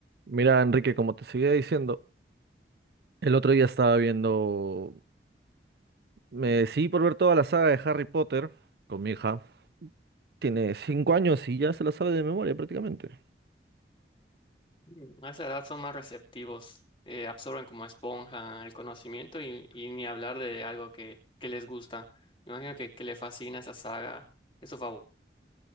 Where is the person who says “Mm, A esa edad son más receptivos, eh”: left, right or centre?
Left